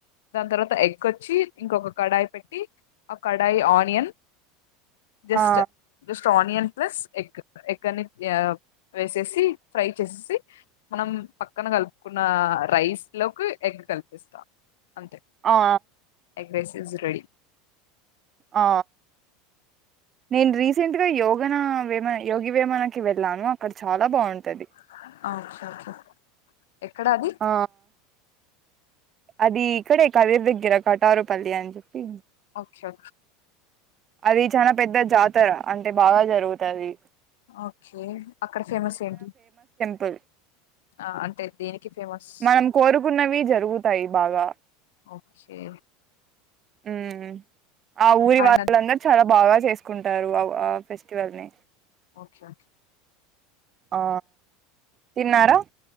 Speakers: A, on the left; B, on the right.
A: దాని తర్వాత ఎగ్ వచ్చి ఇంకొక కడాయి పెట్టి ఆ కడాయి ఆనియన్ just
B: ఆ
A: onion plus egg egg అని వేసేసి ఫ్రై చేసేసి మనం పక్కన కలుపుకున్న రైస్ లోకి ఎగ్ కలిపిస్తాం అంతే
B: ఆ
A: ఎగ్ రైస్ ఈజ్ రెడీ
B: ఆ నేను రీసెంట్ గా యోగన వేమ యోగి వేమనకి వెళ్ళాను అక్కడ చాలా బాగుంటది
A: ఓకే ఓకే ఎక్కడ అది
B: ఆ అది ఇక్కడే కవేర్ దగ్గర కటారుపల్లి అని చెప్పి
A: ఒకే ఒకే
B: అది చాన పెద్ద జాతర అంటే బాగా జరుగుతది
A: ఓకే అక్కడ ఫేమస్ ఏంటి
B: పుల్
A: ఆ అంటే దేనికి ఫేమస్
B: మనం కోరుకున్నవి జరుగుతాయి బాగా
A: ఓకే
B: హ్మూ ఆ ఊరి
A: ఆయన
B: వా చాల బాగా చేసుకుంటారు ఆ ఆ ఫెస్టివల్ ని
A: ఒకే
B: ఆ తిన్నారా